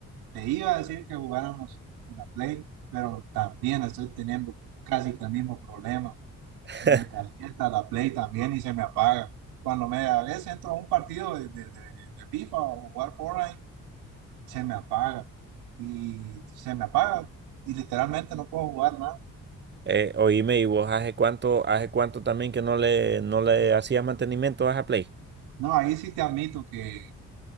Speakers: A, on the right; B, on the right.
A: te iba a decir que jugáramos en la Play, pero también estoy teniendo casi que el mismo problema.
B: <laughs>
A: me calienta la Play también y se me apaga. Cuando me a veces entro a un partido de, de, de, de FIFA o jugar Fortnite, se me apaga y se me apaga y literalmente no puedo jugar nada.
B: Eh, oíme, ¿y vos hace cuánto, hace cuánto también que no le, no le hacías mantenimiento a esa Play?
A: No, ahí sí te admito que